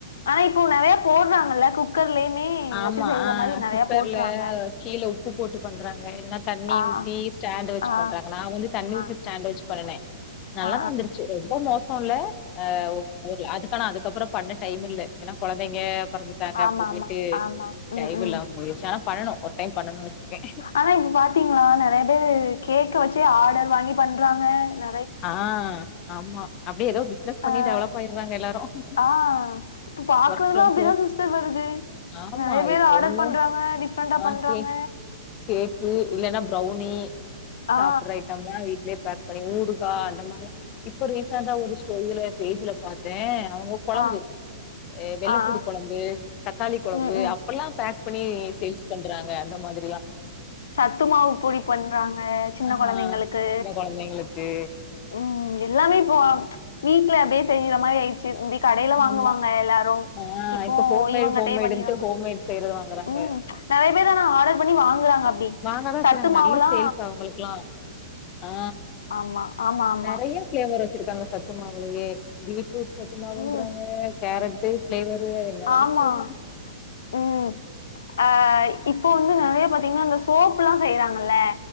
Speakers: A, on the left; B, on the left.
A: ஆனா இப்போ நறைய போடுறாங்கல்ல குக் குக்கர்லயுமே
B: ஆமா
A: வச்சு செய்யற
B: ஆ
A: மாரி நறைய
B: குக்கர்ல
A: போட்டுறாங்க
B: கீழ உப்பு போட்டு பண்றாங்க என்னா தண்ணி
A: ஆ
B: ஊத்தி ஸ்டாண்ட் வச்சு
A: ஆ
B: பண்றாங்க நா வந்து தண்ணி
A: ஆ
B: ஊத்தி ஸ்டாண்ட் வச்சு பண்ணுனே நல்லா
A: ஆ
B: தா வந்துரு சசு ரொம்ப மோசோ இல்ல ஆ ஊர்ல அதுக்கானா அதுக்கப்றோ பண்ண டைம் இல்ல ஏனா கொழந்தைங்க பெறந்துட்டாங்க
A: ஆமா
B: அப்டி இப்டின்ட்டு
A: ஆமா ஆமா
B: டைம்
A: ம் ம்
B: இல்லாம போய்டுச்சு ஆனா பண்ணனு ஒரு டைம் பண்ணணுனு வச்சிருக்கே
A: ஆனா இப்ப பாத்தீங்களா நெறைய பேரு கேக்க வச்சே ஆர்டர் வாங்கி பண்றாங்க ந
B: ஆ ஆம்மா அப்டியே ஏதோ பிஸ் னஸ் பண்ணி
A: ஆ
B: டெவலப் ஆய்றாங்க எல்லாருக்கும்
A: ஆ இப்ப பாக்குறதெல்லா
B: ஒர்க் ஃப்ரம்
A: அப்டிதா
B: ஹோம்
A: சிஸ்டர் வருது
B: ஆமா
A: நெறைய பேர்
B: இப்போ
A: ஆர்டர்
B: உள்ள
A: பண்றாங்க டிஃப்ரெண்டா
B: மார்கெட்
A: பண்றாங்க
B: கேக்கு இல்லேன்னா ப்ரவுன்னி
A: ஆ
B: சாப்ட்ற ஐட்டம்லா வீட்லயே பேக் பண்ணி ஊருக் ப்பா அந்த மாரில இப்ப ரிசன்ட்ஆ ஒரு ஸ்டோரில இதுல பேஜ்ல பாத்தே அவுங்க கொழம்பு
A: ஆ
B: எ வெள்ளப்பூடு
A: ஆ ஆ
B: கொழம்பு தக்காளி கொழம்பு
A: ம் ம்
B: அப்பல்லா பேக் பண்ணி சேல்ஸ் பண்றாங்க அந்த மாதிரியா
A: சத்துமாவு பொடி பண்றாங்க சின்ன
B: ஆ
A: கொழந்தைங்களுக்கு
B: சின்ன கொழந்தைங்களுக்கு
A: ம் எல்லாமே இப்போ வீட்ல அப்டியே செய்ர மாரி ஆயிடுச்சு ப்தி கடைல வாங்குவாங்க
B: ஆமா
A: எல்லாரு
B: ஆ
A: இப்போ
B: இப்ப ஹோம்மேடு
A: இவங்கிட்டயே
B: ஹோம்மேடுன்ட்டு
A: பண்ணிர்றாங்க
B: ஹோம்மேட் செய்றது வாங்குறாங்க
A: உம் ப்ச் நெறைய பேரு ஆனா ஆடர் பண்ணி வாங்குறாங்க அப்டி
B: வாங்கதா
A: சத்து
B: செய்றாங்க
A: மாவுலா
B: நல்ல சேல்ஸ் அவ்ங்களுக்குல்லா ஆ
A: ஆமா ஆமா ஆமா
B: நெறைய ஃபிளேவர் வச்சிருக்காங்க சத்து மாவுலேயே பீட்ரூட் சத்து மாவுன்றாங்க
A: ம்
B: கேரட்டு பிளேவரு என்னலாமோ
A: ஆமா
B: சொல்றாங்க
A: ம் ஆ இப்போ வந்து நெறைய பாத்தீங்கன்னா அந்த சோப் எல்லா செய்றாங்கள்ல